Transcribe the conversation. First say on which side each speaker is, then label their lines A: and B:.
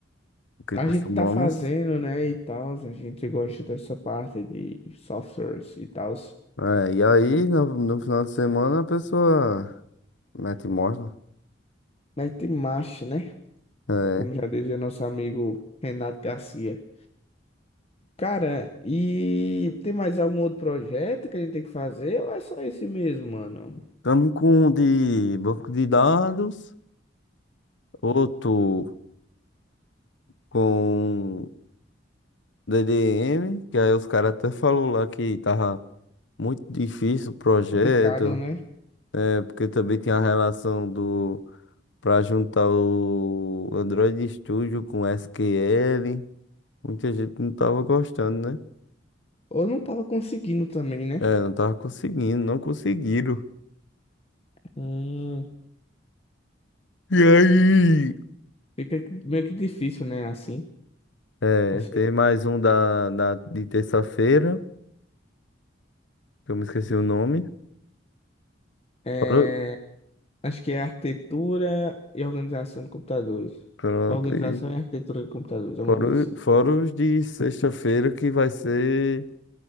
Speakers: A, on the left; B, on the left.
A: o que
B: A
A: costumamos.
B: gente tá fazendo, né, e tal, a gente gosta dessa parte de softwares e tal.
A: É, e aí, no, no final de semana, a pessoa mete mola.
B: Mas tem marcha, né?
A: É.
B: Como já dizia nosso amigo Renato Garcia. Cara, e tem mais algum outro projeto que a gente tem que fazer ou é só esse mesmo, mano?
A: Estamos com um de banco de dados, outro com DDM, que aí os caras até falou lá que tava muito difícil o projeto,
B: Complicado, né?
A: é porque também tem a relação do para juntar o Android Studio com SQL. Muita gente não tava gostando, né?
B: Ou não tava conseguindo também, né?
A: É, não tava conseguindo, não conseguiram.
B: Hum,
A: E aí?
B: Fica meio que difícil, né, assim.
A: É,
B: Não sei.
A: tem mais um da, da, de terça-feira, que eu me esqueci o nome.
B: É,
A: Fora,
B: acho que é arquitetura e organização de computadores.
A: pronto,
B: Organização
A: e
B: e arquitetura de computadores, alguma
A: fora,
B: coisa assim.
A: o- fora os de sexta-feira, que vai ser